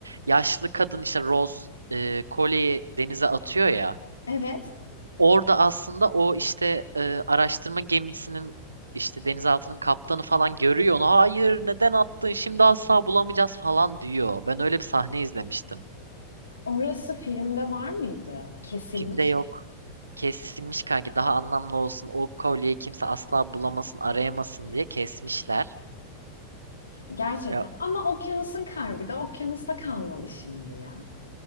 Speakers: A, on the right (about 80°); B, on the left (about 75°).
A: Yaşlı kadın işte Rose e, kolyeyi denize atıyor ya.
B: Evet.
A: Orada aslında o işte e, araştırma gemisinin işte denizaltının kaptanı falan görüyor onu. Hayır neden attın şimdi asla bulamayacağız falan diyor. Ben öyle bir sahne izlemiştim.
B: Orası filmde var mıydı? Kesilmiş
A: Filmde yok.
B: mi?
A: Kesilmiş kanki daha anlamlı olsun. O kolyeyi kimse asla bulamasın arayamasın diye kesmişler.
B: Gerçekten.
A: Ya
B: Ama okyanusun kalbi de okyanusta kalmalı şimdi ya.